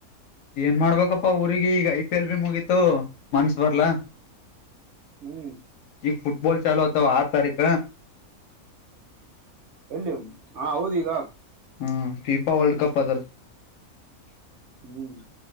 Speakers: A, on the left; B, on the right.
A: ಏನ್ ಮಾಡ್ಬೇಕಪ್ಪಾ ಊರಿಗೆ ಈಗ ಐ ಪಿ ಎಲ್ ಬಿ ಮುಗೀತು ಮನ್ಸ್ ಬರ್ಲಾ
B: ಹ್ಮ್
A: ಈಗ ಫುಟ್ಬಾಲ್ ಚಲು ಅತವಾ ಆರು ತಾರೀಕ
B: ಎಲ್ಲಿ ಹಾ ಹೌದೀಗ
A: ಹ್ಮ್ ಫಿಫಾ ವರ್ಲ್ಡ್ ಕಪ್ ಅದಲ್
B: ಹ್ಮ್